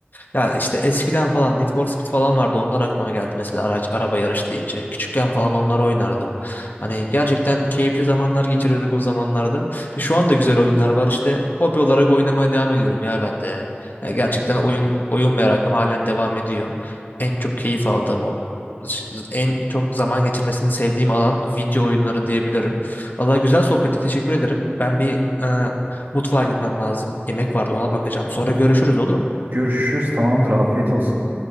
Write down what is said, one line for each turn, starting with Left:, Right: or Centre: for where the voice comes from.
Left: Ya işte eskiden falan Need for Speed falan vardı. Onlar aklıma geldi mesela araç araba yarış deyince. Küçükken falan onları oynardım. Hani gerçekten keyifli zamanlar geçiriyorduk o zamanlarda. E, Şu anda güzel oyunlar var işte. Hobi olarak oynamaya devam ediyorum ya ben de. Ya gerçekten oyun oyun merakım halen devam ediyor. En çok keyif aldığım o en çok zaman geçirmesini sevdiğim alan video oyunları diyebilirim. Vallahi güzel sohbeti teşekkür ederim. Ben bir e, mutfağa gitmem lazım. Yemek vardı ona bakacağım. Sonra görüşürüz olur mu?
Right: Görüşürüz, tamamdır, afiyet olsun.